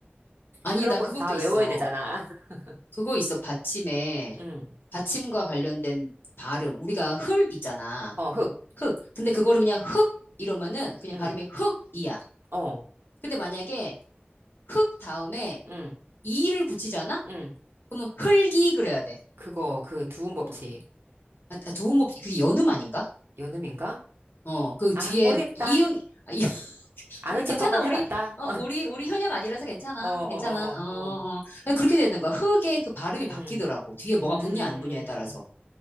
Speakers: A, on the left; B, on the right.
A: 아니,
B: 그런
A: 나
B: 거
A: 그것도
B: 다
A: 있어.
B: 외워야 되잖아. <laughs>
A: 그거 있어. 받침에,
B: 응.
A: 받침과 관련된 발음. 우리가 흙 있잖아.
B: 어, 흑.
A: 흙. 근데 그거를 그냥 흙 이러면은 그냥
B: 응.
A: 발음이 흙이야.
B: 어.
A: 근데 만약에 흙 다음에
B: 응.
A: 이를 붙이잖아?
B: 응.
A: 그러면 흙이 그래야 돼.
B: 그거 그 두음 법칙.
A: 어. 아, 아, 좋 법, 그게 연음 아닌가?
B: 연음인가?
A: 어, 그
B: 아,
A: 뒤에
B: 모르겠다.
A: 이응, 아, 이- <laughs>
B: 아는
A: 우리 괜찮아,
B: 척 한번
A: 우리,
B: 해봤다.
A: 어, 우리, 우리 현역 아니라서 괜찮아,
B: 어, 어, 어,
A: 괜찮아, 어, 어.
B: 어, 어.
A: 아니, 그렇게 되는 거야. 흑의 그 발음이
B: 음.
A: 바뀌더라고. 뒤에 뭐가
B: 음.
A: 붙냐, 안 붙냐에 따라서.